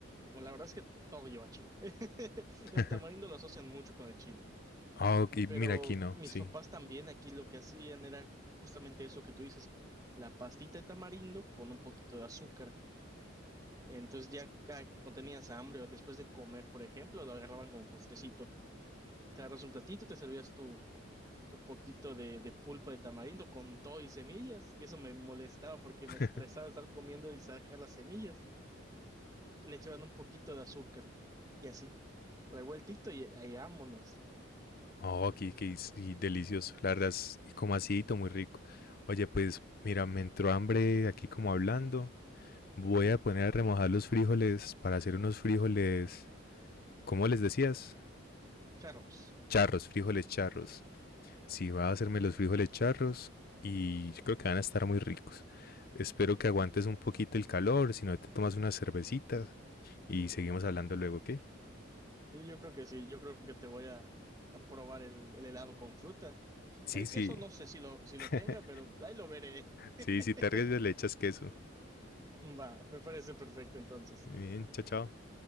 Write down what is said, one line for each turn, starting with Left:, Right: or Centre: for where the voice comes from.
Right: la verdad es que todo lleva chile. <laughs>
Left: <laughs>
Right: El tamarindo lo asocian mucho con el chile,
Left: Ah, ok,
Right: pero
Left: mira aquí no,
Right: mis
Left: sí.
Right: papás también aquí lo que hacían era justamente eso que tú dices, la pastita de tamarindo con un poquito de azúcar. Entonces ya ca- cuando tenías hambre o después de comer, por ejemplo, lo agarraban como postrecito. Te agarras un platito, te servías tu poquito de, de pulpa de tamarindo con todo y semillas. Eso me molestaba porque
Left: <laughs>
Right: me estresaba estar comiendo y sacar las semillas. Y le echaban un poquito de azúcar. Y así, revueltito y, y vámonos.
Left: Oh, aquí, que y delicioso. La verdad es como acidito, muy rico. Oye, pues mira, me entró hambre aquí como hablando. Voy a poner a remojar los frijoles para hacer unos frijoles, ¿cómo les decías?
Right: Charros.
Left: Charros, frijoles charros. Sí, va a hacerme los frijoles charros y yo creo que van a estar muy ricos. Espero que aguantes un poquito el calor, si no te tomas unas cervecitas y seguimos hablando luego, ¿ok?
Right: Y yo creo que sí, yo creo que te voy a, a probar el, el helado con fruta.
Left: Sí,
Right: El
Left: sí.
Right: queso no sé si lo, si lo
Left: <laughs>
Right: tenga, pero ahí lo veré. <laughs>
Left: Sí, si te arriesgas le echas queso.
Right: Va, me parece perfecto entonces.
Left: Bien, chao, chao.